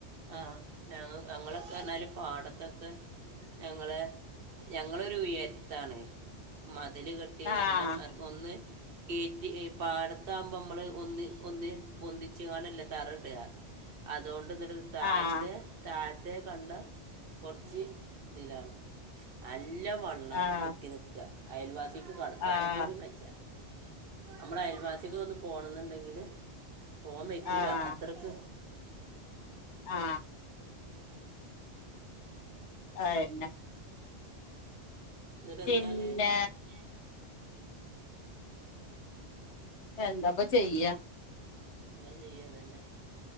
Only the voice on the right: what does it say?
ആ ഞങ്ങ ഞങ്ങളൊക്കെ പറഞ്ഞാല് പാടത്തൊക്കെ ഞങ്ങള് ഞങ്ങളൊരു ഉയരത്താണ് മതില് കെ ട്ടി
കാരണ. അ ഒന്ന്. കേറ്റി പാടത്താക് മ്പൊ മ്മള് ഒന്ന് ഒന്ന് പൊന്തി ച്ച് കൊണ്ടല്ലെ തറ ഇട. അതുകൊണ്ട് ഇന്നട്ടത് താഴത്തെ
താഴത്തെ കണ്ടം കൊറച്ച് ഇതിലാണ്. നല്ല വ ള്ളം
കെട്ടി നിക്ക. അയൽവാസിക്ക് കടക്കാനും
കൂടി ബെജാ നമ്മുടെ അയൽവാസിക്കൊന്ന് പോണംന്നുണ്ടെങ്കില് പോകാൻ വെക്കൂല
അത്രക്ക്
ന്നട്ട്
എന്താണ്?
എന്താ ചെയ്യാ ഇതന്നെ.